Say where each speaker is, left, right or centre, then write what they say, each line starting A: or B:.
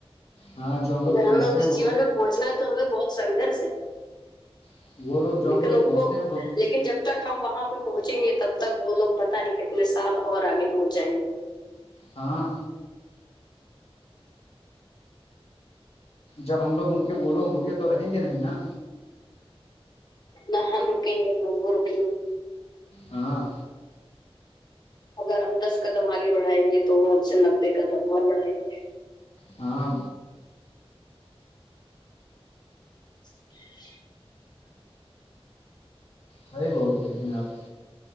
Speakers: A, on the left; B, on the left.
A: ہاں جو ہم لوگ
B: اگر
A: سوچتے
B: ہمیں اس
A: ہیں وہ
B: جیون میں پہنچنا تو ہمیں بہت سنگرش ہے
A: لوگ وہ لوگ جو
B: لیکن
A: ہم لوگ
B: ان
A: سوچتے
B: کو
A: ہیں وہ لوگ
B: لیکن جب تک ہم وہاں پہ پہنچ پہنچیں گے تب تک وہ لوگ پتا نہیں کتنے سال اور آگے پہنچ جائیں گے
A: ہاں جب ہم لوگ ان کے وہ لوگ رکے تو رہیں گے نہیں نا
B: ن رکیں گ ن وہو رک
A: ہاں
B: اگر ہم دس قدم آگے بڑھائیں گے تو وہ ہم سے نبے قدم اور بڑھائیں گے
A: ہاں
B: <unintelligible>
A: سی بول رہے ہیں آپ